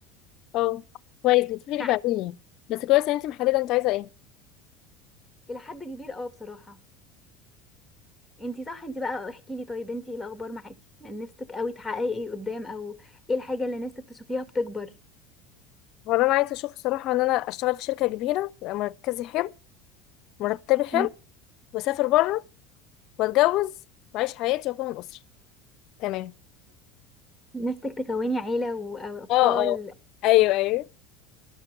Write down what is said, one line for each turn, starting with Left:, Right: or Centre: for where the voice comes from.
Left: اه كويس بتفيدك
Centre: نعم،
Left: بعدين يعني بس كويس إن أنت محددة أنت عايزة إيه
Centre: الى حد كبير اه بصراحه انتي صح انتي بقى احكي لي طيب انتي ايه الاخبار معاكي يعني نفسك قوي تحققي ايه قدام او ايه الحاجه اللي نفسك تشوفيها بتكبر
Left: هو اللي أنا عايزة أشوفه صراحة إن أنا أشتغل في شركة كبيرة يبقى مركزي حلو مرتبي حلو
Centre: مم.
Left: وأسافر بره وأتجوز وأعيش حياتي وأكون أسرة تمام
Centre: نفسك تكوني عيله و- او اطفال
Left: اه اه ايوه ايوه